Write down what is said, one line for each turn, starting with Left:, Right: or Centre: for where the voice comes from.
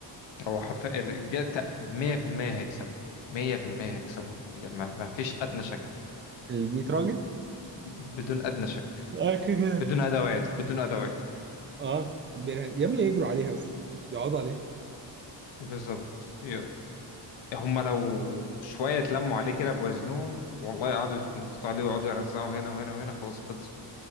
Left: هو حرفيا الرجال تق- 100% هيكسبوا 100% هيكسبوا الرجال ما ما فيش أدنى شك
Right: ال 100 راجل
Left: بدون أدنى شك
Right: أكيد
Left: بدون أدوات بدون أدوات
Right: اه بيرهن يا ابني يجروا عليها بس يقعدوا عليها
Left: بالظبط ي- هم لو شوية اتلموا عليه كده بوزنهم والله قعدوا يتنططوا عليه ويقعدوا يرزعوا هنا وهنا وهنا خلاص خلص